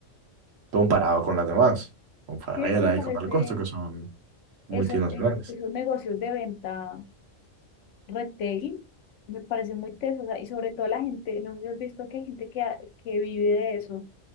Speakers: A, on the right (about 75°); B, on the left (about 70°).
A: comparado con las demás, con Falabella
B: Sí, eso me parece,
A: y con Al Costo, que son
B: esos,
A: multinacionales.
B: esos, esos negocios de venta retail me parecen muy tesos o sea, y sobre todo la gente, no sé si has visto que hay gente que, ha- que vive de eso